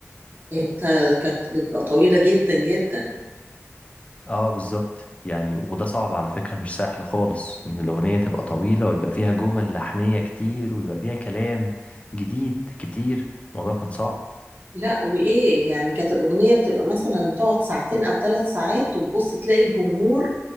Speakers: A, on the right (about 40°); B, on the left (about 25°).
A: انت كانت بتبقى طويلة جدا جدا
B: اه بالظبط يعني وده صعب على فكرة مش سهل خالص ان الاغنية تبقى طويلة ويبقى فيها جمل لحنية كتير ويبقى فيها كلام جديد كتير الموضوع كان صعب
A: لا وإيه يعني كانت الأغنية بتبقى مثلا تقعد ساعتين أو ثلاث ساعات وتبص تلاقي الجمهور